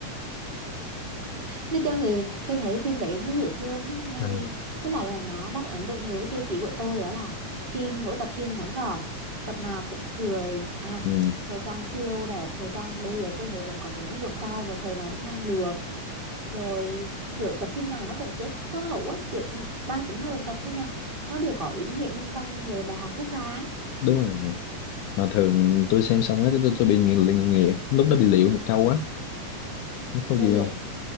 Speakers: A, on the right; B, on the left.
A: nói chung thì tôi thấy phim đấy nó dễ thương nó hay
B: à.
A: với lại là nó đáp ứng được nhiều cái tiêu chí của tôi đó là phim mỗi tập phim ngắn gọn tập nào cũng cười à
B: ừ,
A: thời trang siêu đẹp thời trang bây giờ tôi thấy vẫn có tính ứng dụng cao và thời này vẫn mang được rồi kiểu tập phim nào nó cũng kết có hậu á kiểu đang tính theo từng tập thôi nha nó đều có ý nghĩa nhân văn về bài học rút ra á.
B: đúng rồi mà thường
A: ừ.
B: tôi xem xong ấy tôi tôi bị nghiền liền nghiền lúc đó bị liệu một câu á Biết câu
A: câu
B: gì
A: vậy
B: không